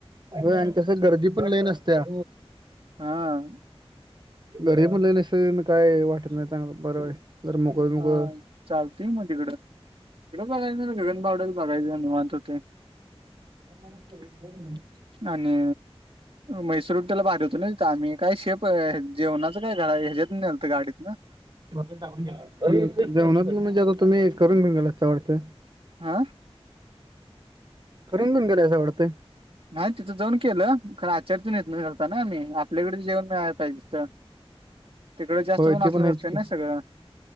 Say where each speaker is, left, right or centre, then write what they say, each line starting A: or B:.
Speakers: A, on the right; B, on the right.
A: हो आणि कस गर्दी पण लय नसत्या.
B: हा
A: घरी मुले अस काय वाटत नाही चांगलं बरं जर मोकळ मोकळ
B: हा चालते मग तिकड तला बघायचं ना गगन बावड्यात बघायचं निवांत होते
A: <inaudible>
B: आणि मैसूर, उटी ला पाठवतो नाही का आम्ही, काय शेप अ जेवणाच काय करा ह्याच्यात नेहलत गाडीत ना.
A: जेवणात म्हणजे आता तुम्ही करून घेऊन गेलात काय वाटत? <unintelligible>
B: हा!
A: करून घेऊन गेला असं वाडतय.
B: नाही तिथं जाऊन केलं, खर आचरी तिथं ने नेलता ना आम्ही, आपल्याकडच जेवण मिळाया पाहिजे तीथ. तिकड जास्त
A: होय
B: पण असले
A: ते आहेच
B: नसते
A: की
B: ना सगळं.